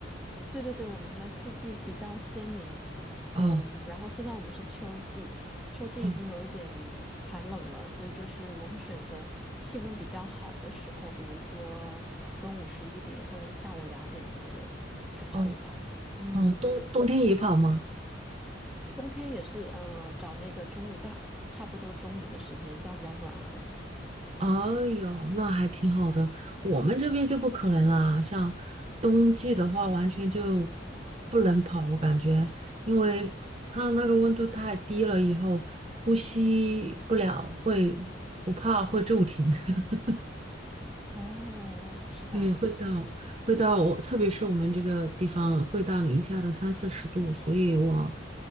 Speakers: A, in the centre; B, on the right.
A: 对对对，我们的四季比较鲜明，嗯，
B: 哦。
A: 然后现在我们是秋季，秋季已经有一点
B: 哦
A: 寒冷了，所以就是我会选择气温比较好的时候，比如说中午十一点或者下午两点左右去跑一跑。
B: 哦
A: 嗯。
B: 哦，冬冬天也跑吗？
A: 冬天也是，嗯、找那个中午大，差不多中午的时间，这样比较暖和。
B: 哎呦，那还挺好的。我们这边就不可能啦，像冬季的话，完全就不能跑，我感觉，因为它那个温度太低了，以后呼吸不了，会我怕会骤停。<laughs>
A: 哦，是吧
B: 对，会到会到我，特别是我们这个地方会到零下的三四十度，所以我